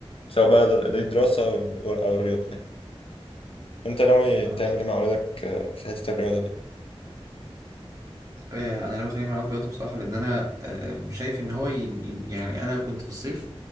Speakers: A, on the left (about 60°); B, on the right (about 35°).
A: سواء بقى در-
B: مهم.
A: دي دراسه او ال- او الرياضه يعني. انت ناوي
B: فهمتك
A: تعمل ايه مع اولادك آه، في حته الرياضه دي
B: آه، انا لو خليه يلعب رياضة بصراحة لان انا آم، شايف ان هو ي... ي- يعني انا كنت في الصيف